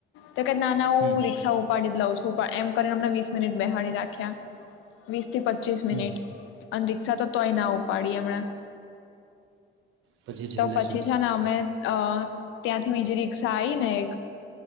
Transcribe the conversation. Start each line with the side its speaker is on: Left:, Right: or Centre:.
Left: તો ક નાના
Right: હમ
Left: રી્ષા ઉપાડી દ લ એમ કરીનેમને વીસ મિનિટ બેહાળડી રાખ્યા વીસ થી પ પચીસ
Right: હમ
Left: મિટ અંદ તો તોય ના ઉપાડી હમણાં
Right: પછી છેલ્લે
Left: તો પછી
Right: શું થયું
Left: છે ને અમે હ ત્યાં થી બીજી રીષા આવી ને